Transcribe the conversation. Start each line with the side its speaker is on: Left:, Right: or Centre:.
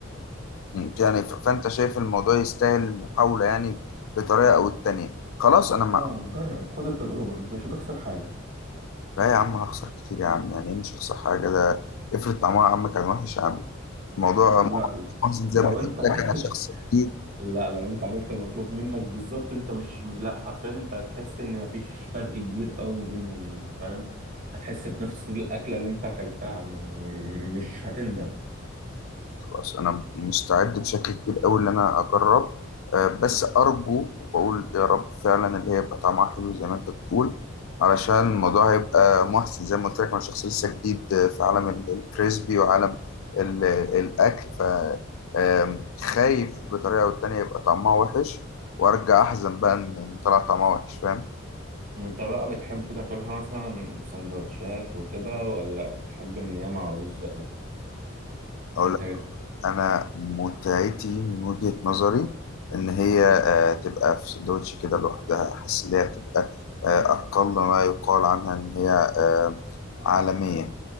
Left: مم. يعني ف- فانت شايف الموضوع يستاهل المحاولة يعني بطريقة او التانية خلاص انا ما
Right: اه جرب خد التجربه انت مش هتخسر حاجه
Left: لا يا عم هخسر كتير يا عم يعني إيه مش هخسر حاجة ده افرض طعمها يا عم كان وحش يا عم الموضوع
Right: لا لا،
Left: محزن زي
Right: لو
Left: ما قلت
Right: انت
Left: لك انا شخص
Right: <laughs>
Left: جديد
Right: لا لو انت عملت المطلوب منك بالظبط انت مش لا حرفيا انت هتحس ان مفيش فرق كبير قوي ما بينهم انت فاهم هتحس بنفس الاكله اللي انت اكلتها ما... مش هتندم
Left: خلاص انا مستعد بشكل كبير قوي ان انا اجرب آه، بس ارجو وبقول يا رب فعلا اللي هي يبقى طعمها حلو زي ما انت بتقول علشان الموضوع هيبقى محسن زي ما قلت لك انا شخص لسه جديد آه، في عالم ال- الكريسبي وعالم ال- الاكل ف آم، خايف بطريقه او التانيه يبقى طعمها وحش وارجع احزن بقى ان إن طلع طعمها وحش فاهم
Right: انت بقى بتحب تاكلها مثلا في سندوتشات وكده ولا بتحب ان هي مع رز او
Left: أقول
Right: انت بت...
Left: انا متعتي من وجهة نظري ان هي آه، تبقى في سندوتش كده لوحدها حاسس ان هي هتبقى آه، اقل ما يقال عنها ان هي آه، عالمية